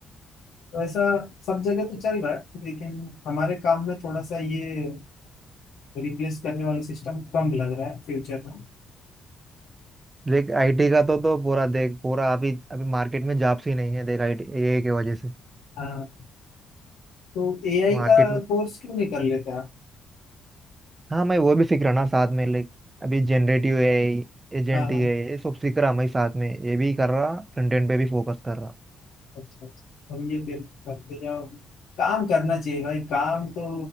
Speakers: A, on the left; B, on the right.
A: वैसा सब जगह तो चल रहा है लेकिन हमारे काम में थोड़ा सा ये रिप्लेस करने वाला सिस्टम कम लग रहा है फ्यूचर में
B: देख आईटी का तो तो पूरा देख पूरा अभी अभी मार्केट में जॉब्स ही नहीं है देख आईटी एआई की वजह से
A: हाँ तो एआई
B: मार्केट
A: का
B: में
A: कोर्स क्यों नहीं कर लेते आप
B: हाँ मैं वो भी सीख रहा ना साथ में लाइक अभी जनरेटिव एआई एजेंट
A: हाँ हाँ
B: एआई ये सब सीख रहा मैं साथ में ये भी कर रहा फ्रंट एंड पे भी फोकस कर रहा
A: अच्छा अच्छा और ये फिर करते जाओ काम करना चाहिए भाई काम तो